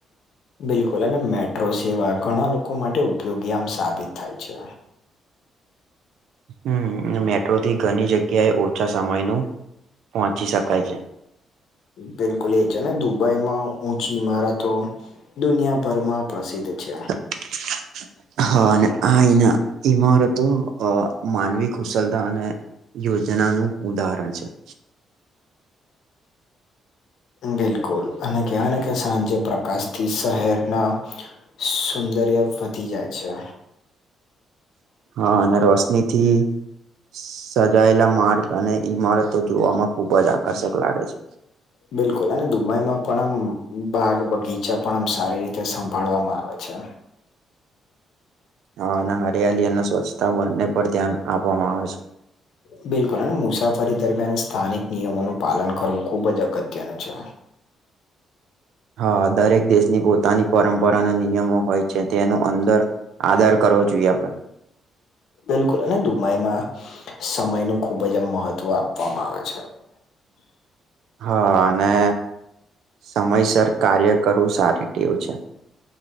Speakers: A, on the left; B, on the right.
A: બિલકુલ અને મેટ્રો સેવા ઘણા લોકો માટે ઉપયોગી આમ સાબિત થાય છે.
B: હમ મેટ્રોથી ઘણી જગ્યાએ ઓછા સમયનું પહોંચી શકાય છે.
A: બિલકુલ એ છે ને દુબઈમાં ઊંચી ઈમારતો દુનિયાભરમાં, પ્રસિદ્ધ છે.
B: <inaudible> હા અને આના ઈમારતો માનવી કુશલતા અને, યોજના નું ઉદાહરણ છે.
A: બિલકુલ અને કહેવાય ને કે સાંજે પ્રકાશ થી શહેરના, સુંદર્ય વધી જાય છે.
B: હા અને રોશની થી સજાયેલા માર્ગ અને ઈમારતો જોવામાં ખુબ જ આકર્ષક લાગે છે.
A: બિલકુલ અને દુબઈમાં પણ આમ બાગ બગીચા પણ આમ સારી રીતે સંભાળવામાં આવે છે.
B: હા અને હરિયાલી અને સ્વચ્છતા બંને પર ધ્યાન આપવામાં આવે છે.
A: જ બિલકુલ અને મુસાફરી દરમિયાન સ્થાનિક નિયમોનું પાલન કરવું ખુબ જ અગત્યનું છે.
B: હા દરેક દેશની પોતાની પરંપરાના નિયમો હોય છે. તેનું અંદર આધાર કરવો જોઈએ આપડે
A: બિલકુલ અને દુબઈમાં સમય ન ખુબ જ આમ મહત્વ આપવામાં આવે છે.
B: હા અને સમયસર કાર્ય કરવું સારી ટેવું છે.